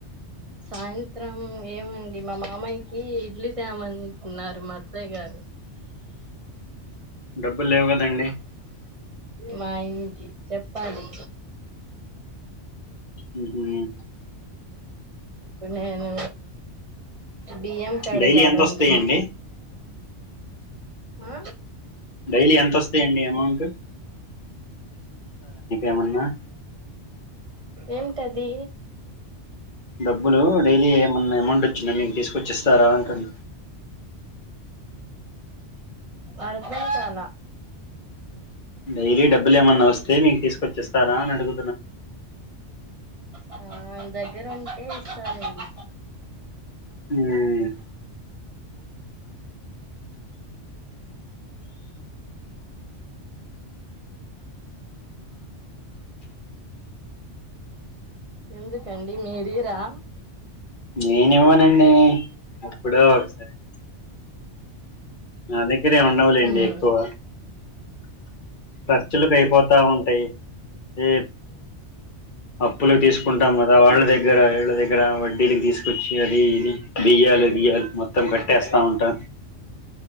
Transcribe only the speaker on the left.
డబ్బులు లేవు కదండి
మ్మ్ హ్మ్
డైలీ ఎంత వస్తాయండి
డైలీ ఎంతోస్తాయండి అమౌంటు ఏమన్నా
డబ్బులు డైలీ ఏమన్నా అమౌంట్ వచ్చిందా మీకు తీసుకొచ్చి ఇస్తారా అంటున్నా
డైలీ డబ్బులు ఏమన్నా వస్తే మీకు తీసుకొచ్చిస్తారా అని అడుగు
మ్మ్
నేనివ్వనండి ఎప్పుడో ఒకసారి నా దగ్గరేం ఉండవులేండి
ఎక్కువ ఖర్చులకు అయిపోతా ఉంటాయి అదే అప్పులు తీసుకుంటాం కదా వాళ్ళ దగ్గర వాళ్ల దగ్గర వడ్డీల్ తీస్ కొచ్చి అది ఇది బియ్యాలు గియ్యాలు మొత్తం కట్టేస్తా ఉంటా